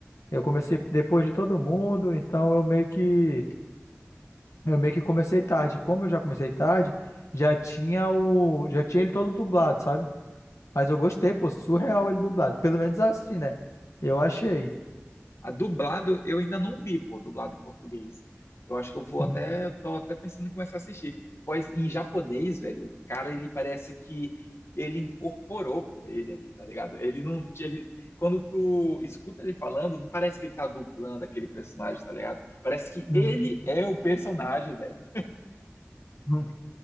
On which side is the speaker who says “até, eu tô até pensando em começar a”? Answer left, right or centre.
Left